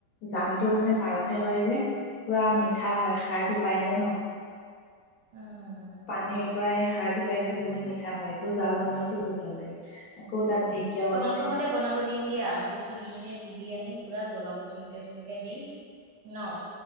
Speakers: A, on the left (about 70°); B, on the right (about 70°).
A: জানটো মানে পাৰতে হয়, যে। পুৰা মিঠা হয় সাৰটো পাই যায় ন
B: উম।
A: পানীৰ এই সাৰটো পাই যে যে বহুত মিঠা হয় তটো জাল বনালোো বহুত ভাল লাগে আকৌ তাত ঢেকীয়াও
B: তোমালোকৰ
A: আছে
B: সতে বনাব দিম দিয়া কচু দুইজনীয়ে তুলি আনি পুৰা জলকজ ে দি ন